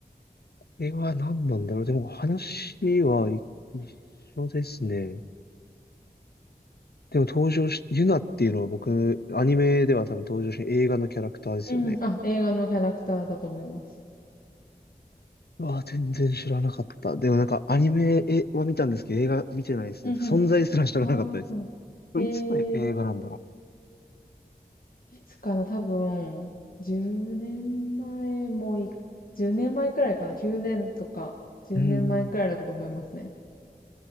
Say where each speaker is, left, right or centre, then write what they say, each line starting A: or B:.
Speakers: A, on the left (about 80°); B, on the left (about 60°).
A: れは何なんだろう。でも話はい一緒ですね。でも登場し、ユナっていうのは僕、アニメでは多分登場し、映画のキャラクターですよね。
B: うん。あ、映画のキャラクターだと思います。
A: うわ、全然知らなかった。でもなんかアニメは見たんですけど、映画見てないですね。
B: うんうん。
A: 存在すら知らなかったです。
B: ああ、そうなんだ。
A: これいつの映画なんだろ
B: へえ。いつかな、多分、10年前もい、10年前くらいかな、9年とか、10年前くらいだったと思いますね。
A: う。うん。